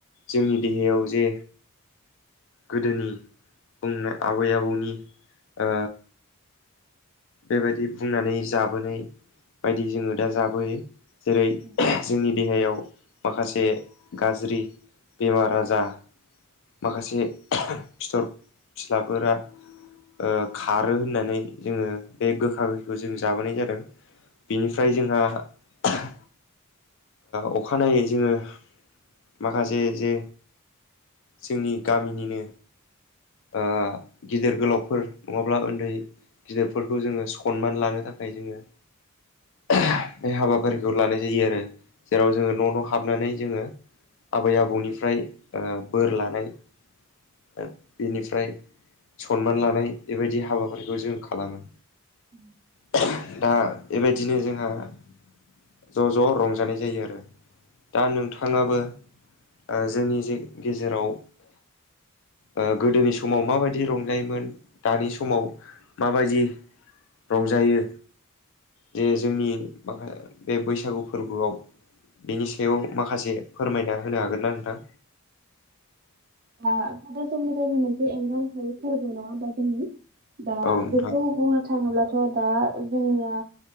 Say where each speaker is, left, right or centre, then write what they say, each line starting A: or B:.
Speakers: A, on the left; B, on the right.
A: जोंनि देहायाव जे गोदोनि बुंनो आबै आबौनि ओ बेबायदि बुंनानै जाबोनाय बायदि जोङो दा जाबोयो। जेरै
B: औ
A: जोंनि देहायाव माखासे गाज्रि बेमार आजा माखासे <unintelligible> फिथर फिस्लाफोरा ओ खारो होननानै जोङो बे गोखा गोखैखो जों जाबोनाय जादों बेनिफ्राय जोंहा <unintelligible> ओ अखानायै जोङो माखासे जे जोंनि गामिनिनो ओ गिदिर गोलावफोर नङाब्ला ओन्दै फोरखौ जोङो सनमान लानो थाखाय जोङो <unintelligible> बे हाबाफारिखौ लानाय जायो आरो जेराव जोङो न' न' हाबनानै जोङो आबै आबौनिफ्राय ओ बोर लानाय ओ बेनिफ्राय सनमान लानाय बेबायदि हाबाफारिखौ जों खालामो
B: <inaudible>
A: <unintelligible> दा बेबायदिनो जोंहा ज' ज' रंजानाय जायो आरो दा नोंथाङाबो ओ जोंनि जे गेजेराव ओ गोदोनि समाव माबायदि रंजायोमोन दानि समाव माबायदि रंजायो जे जोंनि माखा बे बैसागु फोरबोआव बिनि सायाव माखासे फोरमायना होनो हागोन ना नोंथां?
B: औ आ <unintelligible> मोनसे एंगार हायै फोरबो नङा ओमबा जोंनि दा
A: औ नोंथां
B: बेखौ बुंनो थाङोब्लाथ' दा जोंनिया